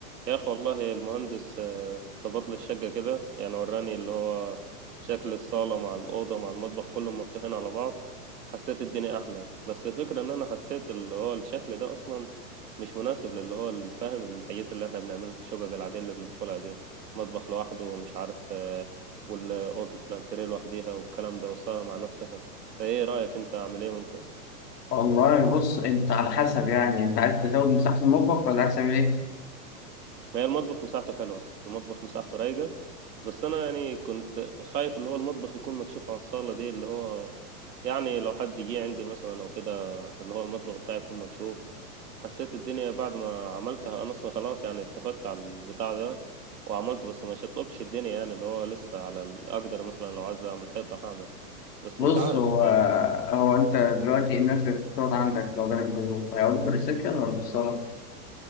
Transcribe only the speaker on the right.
يا أخي والله المهندس آه، ظبط لي الشقة كده يعني وراني اللي هو شكل الصالة مع الأوضة مع المطبخ كلهم مفتوحين على بعض حسيت الدنيا أحلى بس الفكرة إن أنا حسيت اللي هو الشكل ده أصلا مش مناسب للي هو الفاهم الحاجات اللي إحنا بنعملها الشقق العادية اللي بندخلها دي مطبخ لوحده ومش عارف آه، والأوضة الأنتريه لوحديها والكلام ده والصالة مع نفسها فإيه رأيك أنت أعمل إيه ممكن؟
ما هي المطبخ مساحته حلوة المطبخ مساحته رايقة بس انا يعني كنت خايف اللي هو المطبخ يكون مكشوف على الصالة دي اللي هو يعني لو حد جه عندي مثلا او كده اللي هو المطبخ بتاعي يكون مكشوف حسيت الدنيا بعد ما عملتها انا اصلا خلاص يعني اتفقت على البتاع ده وعملته بس ما شطبتش الدنيا يعني اللي هو لسه على ال- اقدر مثلا لو عايز اعمل حيطة هعمل بس
مش عارف
يعني